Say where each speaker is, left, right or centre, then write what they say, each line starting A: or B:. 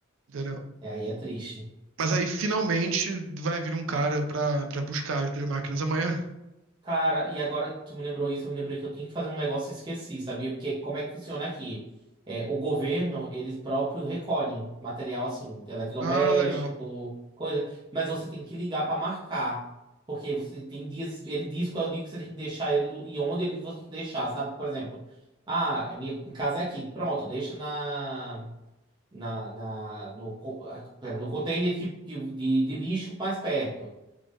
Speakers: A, on the right; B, on the right.
A: entendeu?
B: é, aí é triste.
A: Mas aí finalmente vai vir um cara pra, pra buscar as duas máquinas amanhã.
B: Cara, e agora que tu me lembrou isso, eu me lembrei que eu tinha que fazer um negócio e esqueci, sabia? Porque como é que funciona aqui? É, o governo, eles próprios recolhem material assim, eletrodoméstico,
A: Ah, legal.
B: coisa, mas você tem que ligar pra marcar. Porque você tem dias, ele diz qual é o dia que você tem que deixar ele do- e onde ele você tem que deixar, sabe? Por exemplo, ah, minha casa é aqui, pronto, deixa na. na, na, no, co- a- pera, no container que, que- de, de lixo mais perto.